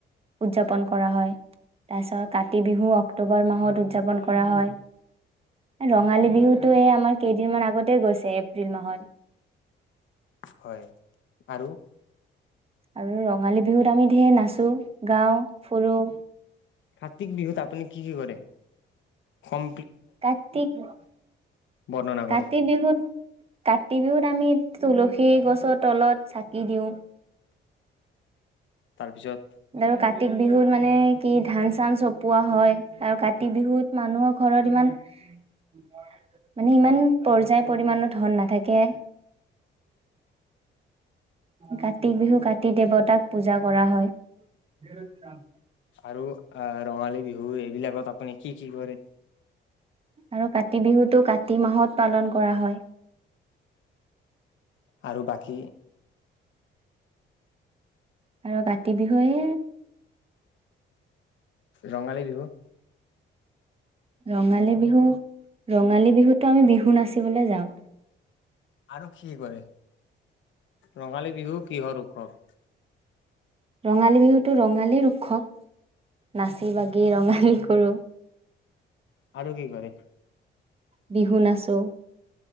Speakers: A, on the right; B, on the left.
A: উদযাপন কৰ কৰা হয় তাৰপিছত কাতি বিহু অক্টোবৰ মাহত উদযাপন কৰা হয় ৰঙালী বিহুটো এই আমাৰ কেইদিনমান আগতে গৈছে এপ্ৰিল মাহত
B: হয়, আৰু
A: আৰু ৰঙালী বিহুত আমি ধেৰ নাচোঁ গাওঁ ফুৰোঁ
B: কাতি বিহুত আপুনি কি কি কৰে কম
A: কাটি কিও
B: বৰ্ণনা কৰক
A: কাতি বিহুত কাতি বিহুত আমি তুলসী সি গছৰ তলত চাকি দিওঁ
B: তাৰপিছত
A: দ কা কাতি বিহুত মানে কি ধান চান চপোৱা হয় আৰু কাতি বিহুত মানুহৰ ঘৰত ইমান মানে ইমান পৰ্যায় পৰিমানণৰ ধন নাথাকে কাতি বিহু কাতি দেৱতাক পূজা কৰা হয় <unintelligible>
B: আৰু আহ ৰঙালী বিহু এইবিলাকত আপুনি কি কি কৰে
A: আৰু কাতি বিহুতটো কাতি মাহত পালন কৰা হয়
B: আৰু বাকী
A: আৰু কাতি বিহুৱে
B: ৰঙালী বিহু
A: ৰঙালী বিহু ৰঙালী বিহুতো আমি বিহু নাচিবলৈ যাওঁ
B: আৰু খি কৰে ৰঙালী বিহু কিহৰ উৎসৱ
A: ৰঙালী বিহুতটো ৰঙালী উৎসৱ নাচি বাগি ৰঙালী কৰোঁ
B: আৰু কি কৰে
A: বিহু নাচোঁ